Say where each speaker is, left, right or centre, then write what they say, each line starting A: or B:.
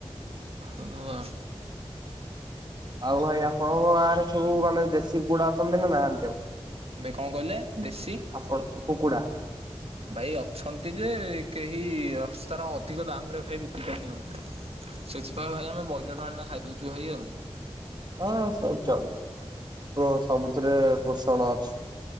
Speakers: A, on the right (about 65°); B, on the right (about 40°).
A: ହଉ ଆଉ।
B: ଆଉ ଭାଇ ଆପଣଙ୍କ ଗାଁରେ ସବୁ ମାନେ ଦେଶୀ କୁକୁଡା ଅଛନ୍ତି ନା ନାହାନ୍ତି ଆଉ।
A: ଭାଇ କଣ କହିଲ ଦେଶୀ
B: ଆପଣ କୁକୁଡା।
A: ଭାଇ ଅଛନ୍ତି ଯେ କେହି ତାର ଅଧିକ ଦାମ୍ ରେ ଭାଇ ବିକ୍ରି କରି ନିଅନା। ସେଥିପାଇଁ ଭାଇ ଆମେ ବଇଲର ଆଣି ନା ଖାଇଦୋଉଚୁ ଭାଇ ଆଉ।
B: ହଁ ସବୁ ଚଳିବ। ହଁ ସବୁଥିରେ ପୋଷଣ ଅଛି।